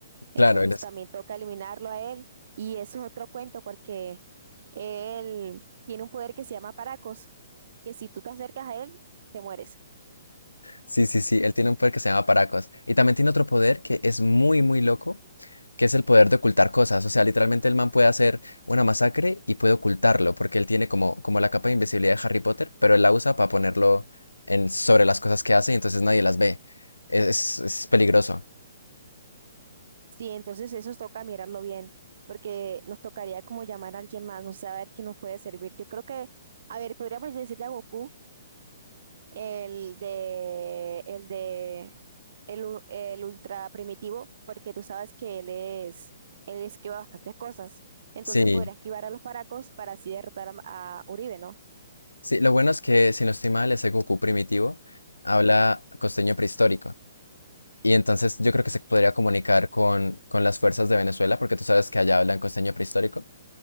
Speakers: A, on the right (about 55°); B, on the left (about 80°).
A: entonces
B: claro, él es-
A: también toca eliminarlo a él, y eso es otro cuento, porque él tiene un poder que se llama Paracos. que si tú te acercas a él, te mueres.
B: sí, sí, sí, él tiene un poder que se llama Paracos. Y también tiene otro poder que es muy, muy loco que es el poder de ocultar cosas. O sea, literalmente el man puede hacer una masacre y puede ocultarlo, porque él tiene como, como la capa de invisibilidad de Harry Potter, pero él la usa para ponerlo en, sobre las cosas que hace y entonces nadie las ve. Es, es- es peligroso.
A: Sí, entonces eso toca mirarlo bien, porque nos tocaría como llamar a alguien más, no sé, a ver quién nos puede servir. Yo creo que, a ver, podríamos decirle a Goku, el de, el de, el, u- el ultra primitivo, porque tú sabes que él es, él esquiva bastantes cosas. Entonces
B: Sí,
A: podría esquivar a los paracos para así derrotar a, a Uribe, ¿no?
B: sí, lo bueno es que, si no estoy mal, ese Goku primitivo habla costeño prehistórico. Y entonces yo creo que se podría comunicar con, con las fuerzas de Venezuela, porque tú sabes que allá hablan costeño prehistórico.